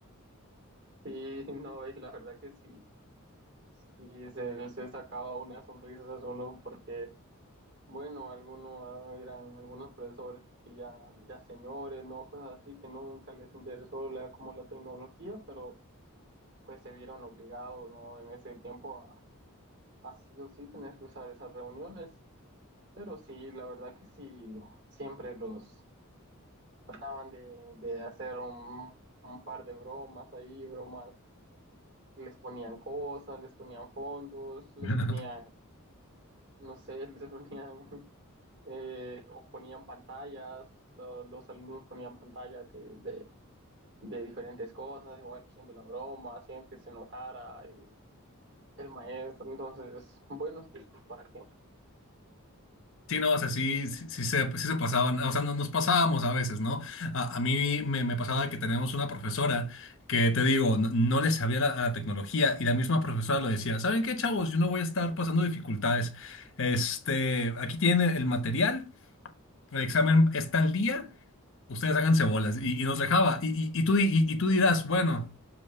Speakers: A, on the right; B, on the left.
A: Sí, <laughs> no, y la verdad que sí, sí se, se sacaba una sonrisa a uno porque, bueno, algunos eran algunos profesores que ya, ya señores, ¿no? Cosas así que nunca les interesó la, como la tecnología, pero pues se vieron obligados, ¿no? En ese tiempo a, a sí o sí tener que usar esas reuniones. Pero sí, la verdad que sí, siempre los trataban de, de hacer un, un par de bromas ahí, bromas les ponían cosas, les ponían fondos, les
B: <laughs>
A: ponían, no sé, <laughs> les ponían, eh, o ponían pantallas, lo- los alumnos ponían pantallas de, de- de diferentes cosas, igual haciendo la broma, hacían que se enojara el, el maestro, entonces, buenos tiempos para que,
B: Sí, no, o sea, sí, sí, sí se, pues, sí se pasaban, o sea, no- nos pasábamos a veces, ¿no? A, a mí me, me pasaba que tenemos una profesora que, te digo, no, no le sabía la- a la tecnología y la misma profesora lo decía, ¿saben qué, chavos? Yo no voy a estar pasando dificultades. Este, aquí tienen el material, el examen está al día, ustedes háganse bolas y, y nos dejaba. Y, y, y tú, di- y y tú dirás, bueno